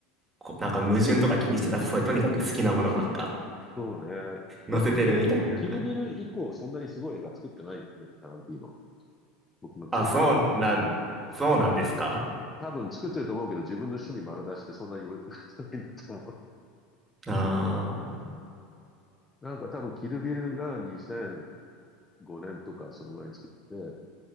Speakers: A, on the right; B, on the left.
A: こなんか矛盾とか気にしてなさそうで、とにかく好きなものばっか
B: そうね。だってもうキルビル、
A: 載せてるみたいな。
B: キルビル以降そんなにすごい映画作ってないですね、タランティーノ。僕の記憶では。
A: あ、そうなん、そうなんですか
B: うん多分作ってると思うけど、自分の趣味丸出しでそんなに売ってないんだと
A: あ
B: 思う。<laughs> うん。なんか多分キルビルが2005年とかそのぐらいに作ってて、